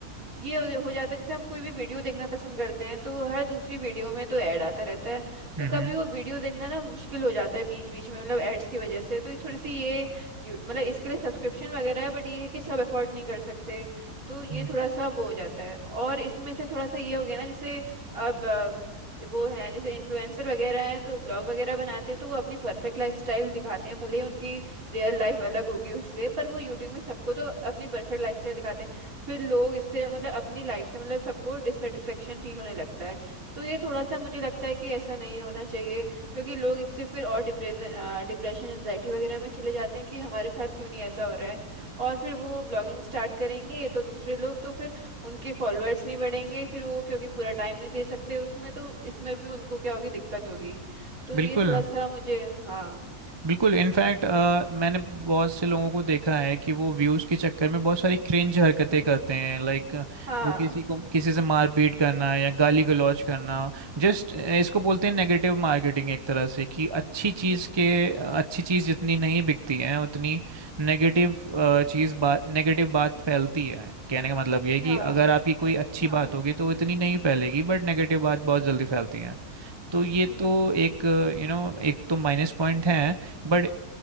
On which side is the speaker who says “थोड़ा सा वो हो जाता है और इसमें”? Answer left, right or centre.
Right